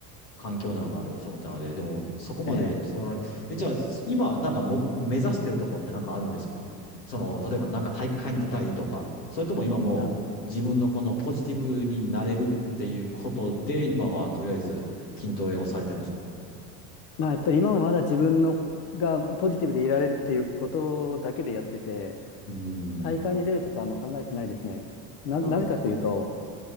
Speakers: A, on the left; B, on the left.
A: 環境なのかなと私は思ったので、でも、そこまで、
B: えー
A: その、え、じゃあ、今、なんかも、目指してるとこってなんかあるんですかその、例えばなんか大会に出たいとか、それとも今もう自分のこのポジティブになれるっていうことで、
B: あ、
A: 今はとりあえず筋トレをされてるんですかう
B: まあ、やっぱり今もまだ自分のがポジティブでいられるっていうことだけでやってて、
A: ーん、
B: 大会に出るとかはもう考えてないですね。な、
A: なるほど。
B: なぜかというと、